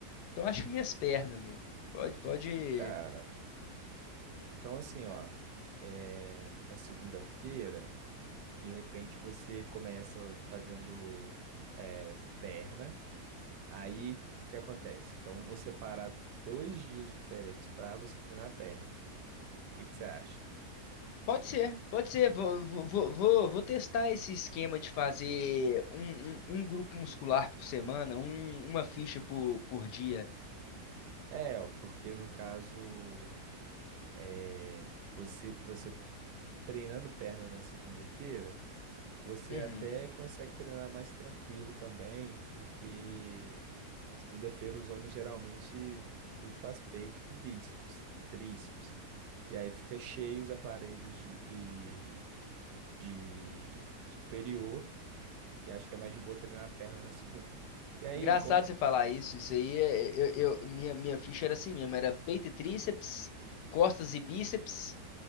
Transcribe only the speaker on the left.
Então acho que minhas pernas, velho. Pode, pode.
Pode ser, pode ser. Vou, vou, vou, vou vou testar esse esquema de fazer um, um, um grupo muscular por semana, um- uma ficha por, por dia.
Uhum.
Engraçado
você falar isso. Isso aí, é- eu, eu- minha, minha ficha era assim mesmo: era peito e tríceps, costas e bíceps,